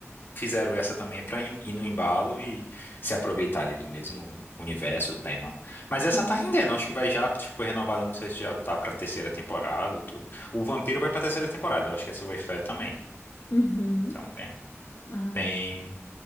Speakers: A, on the left; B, on the left.
A: fizeram essa também para ir no embalo e se aproveitar ali do mesmo universo, tema. Mas essa
B: Uhum.
A: tá rendendo, acho que vai já, tipo, foi renovada, não sei se já tá pra terceira temporada ou tudo. O Vampiro vai pra terceira temporada, eu acho que essa é o Wayfair também.
B: Uhum.
A: Então tem,
B: Ah.
A: tem...